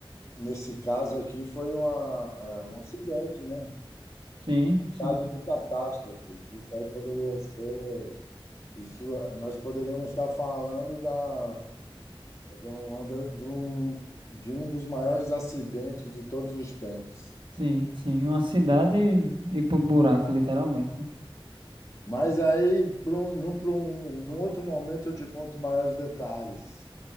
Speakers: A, on the left (about 35°); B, on the right (about 55°).
A: nesse caso aqui foi uma, é, um acidente, né?
B: Sim,
A: Estado
B: sim,
A: de catástrofe. Isso aí poderia ser. Isso, nós poderíamos estar falando da, de um, de um de um dos maiores acidentes de todos os tempos.
B: sim, sim. Uma cidade ir pro buraco, literalmente, né?
A: Mas aí, para um, num, pra um, num outro momento, eu te conto maiores detalhes.